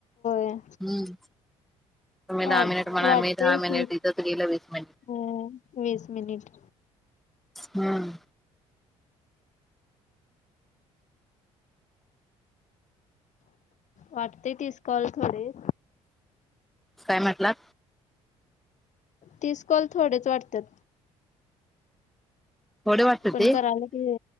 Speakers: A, on the left; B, in the centre.
A: होय
B: हम्म. तुम्ही दहा
A: वाट
B: मिनिट म्हणा
A: वाटतंय
B: मी दहा मिनिट
A: तीस
B: दिथत गेलं वीस मिनिट.
A: अं, वीस मिनिट
B: हम्म.
A: वाटते मिस कॉल थोडे
B: काय म्हटला?
A: तीस कॉल थोडेच वाटतात.
B: थोडे वाटत
A: पण
B: ते
A: कराल की